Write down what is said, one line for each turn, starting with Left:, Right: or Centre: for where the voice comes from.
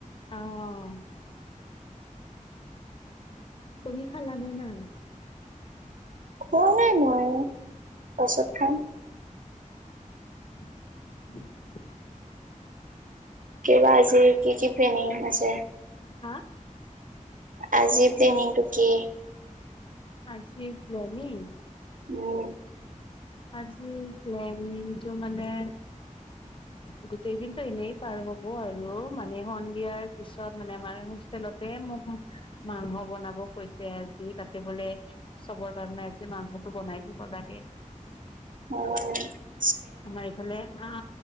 Left: অহ, তুমি খালানে নাই?
Right: খোৱা নাই মইও, পছত খাম।
Left: <unintelligible>
Right: কিবা আজি কি কি প্লেনিং আছে?
Left: হা?
Right: আজি প্লেনিংটো কি?
Left: আজি প্লেনিং?
Right: উম।
Left: আজি প্লেনিংটো মানে। গোটেই দিনটো এনেই পাৰ হ'ব আৰু। মানে সন্ধিয়াৰ পিছত মানে আমাৰ হোতলতে মোক মাংস বনাব কৈছে আজি তাতে বোলে চবৰ কাৰণে আজি মাংসটো বনাই দিব লাগে।
Right: অহ।
Left: আমাৰ এইফালে অহ,